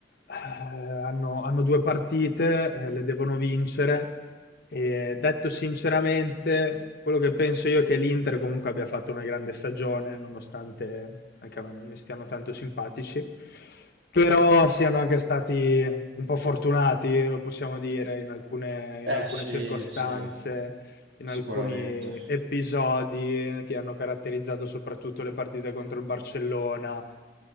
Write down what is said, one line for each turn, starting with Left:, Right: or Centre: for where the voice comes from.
Left: eh, hanno, hanno due partite, eh, le devono vincere. E detto sinceramente, quello che penso io è che l'Inter comunque abbia fatto una grande stagione, nonostante anche a me non mi stiano tanto simpatici, però siano anche stati un po' fortunati, lo possiamo dire, in alcune, in
Right: Eh
Left: alcune
Right: sì,
Left: circostanze
Right: sì,
Left: in
Right: sicuramente.
Left: alcuni episodi che hanno caratterizzato soprattutto le partite contro il Barcellona.